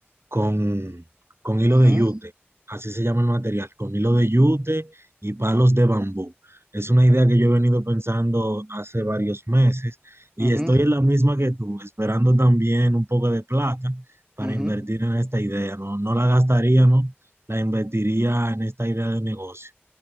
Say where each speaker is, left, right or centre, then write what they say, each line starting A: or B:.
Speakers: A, on the right; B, on the right.
A: con, con hilo
B: Ujú,
A: de yute, así se llama el material, con hilo de yute y palos de bambú. Es una idea que yo he venido pensando hace varios meses y
B: ujú,
A: estoy en la misma que tú, esperando también un poco de plata para
B: ujú.
A: invertir en esta idea, ¿no? No la gastaría, ¿no? La invertiría en esta idea de negocio.